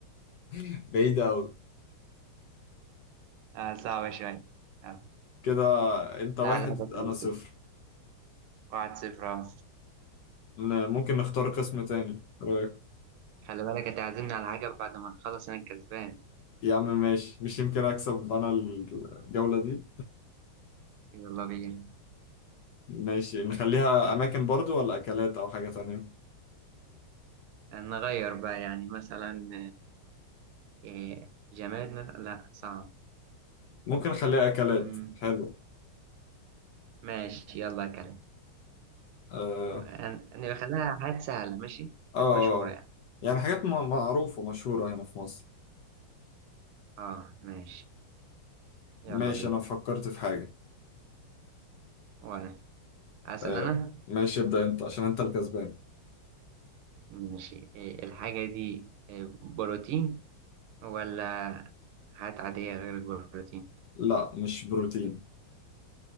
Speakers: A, on the left; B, on the right.
A: <laughs> بعيد قوي
B: آه صعبة شوية آه.
A: كده انت واحد
B: لا لعبة
A: انا
B: كويسة
A: صفر
B: واحد صفر آه.
A: ن- ممكن نختار قسم تاني رايك
B: خلي بالك هتعزمني على حاجة بعد ما نخلص انا الكسبان
A: يا عم ماشي مش يمكن اكسب انا الجولة دي
B: يلا بينا
A: ماشي نخليها اماكن برضو ولا اكلات او حاجة تانية
B: نغير بقى يعني مثلا إيه، جماد مثلا لا صعب
A: ممكن نخليها اكلات
B: مم،
A: حلو
B: ماشي يلا يا كريم
A: اه
B: أن- نخليها حاجات سهلة ماشي
A: اه
B: حاجات
A: آه.
B: مشهورة يعني
A: يعني حاجات م- معروفة مشهورة هنا في مصر
B: اه ماشي يلا
A: ماشي
B: بينا
A: انا فكرت في حاجة
B: وانا اسأل
A: آه،
B: انا
A: ماشي ابدأ انت عشان انت الكسبان
B: ماشي إيه، الحاجة دي إيه، بروتين ولا حاجات عادية غير البروتين
A: لا مش بروتين